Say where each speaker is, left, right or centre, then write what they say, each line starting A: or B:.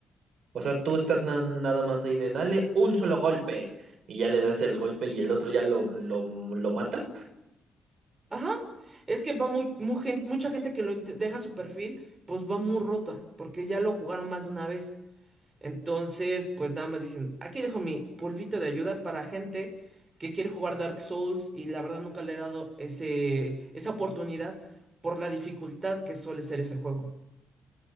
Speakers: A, on the right; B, on the right.
A: o sea, tú estás na- nada más ahí de dale un solo golpe y ya le das el golpe y el otro ya lo, lo, lo mata.
B: Ajá, es que va muy, mu- gen- mucha gente que lo int- deja su perfil, pues va muy rota, porque ya lo jugaron más de una vez. Entonces, pues nada más dicen, aquí dejo mi polvito de ayuda para gente que quiere jugar Dark Souls y la verdad nunca le he dado ese, esa oportunidad por la dificultad que suele ser ese juego.